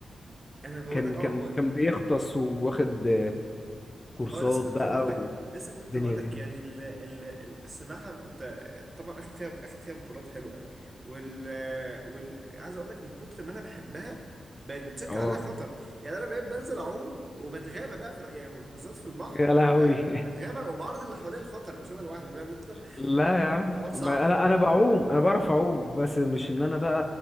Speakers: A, on the right; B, on the left.
A: انا بقول
B: كان
A: لك اه
B: كان كان بيغطس وواخد آه، كورسات
A: اه لسه كنت
B: بقى
A: هقول لك لسه
B: والدنيا
A: كنت هقول
B: دي
A: لك يعني ال ال ال- السباحه كنت طبعا اخد فيها اخد فيها بطولات حلوه يعني وال وال عايز اقول لك من كتر ما انا بحبها بقت بتشكل
B: اه
A: عليها خطر يعني انا بقيت بنزل اعوم وبتغابى بقى في يعني بالذات في البحر
B: يا
A: ب-
B: لهوي <laughs>
A: بتغابى وبعرض اللي حواليا للخطر مش انا لوحدي فاهم انت
B: لا يا عم
A: الحوار صعب
B: ما انا انا بعوم انا بعرف اعوم بس مش ان انا بقى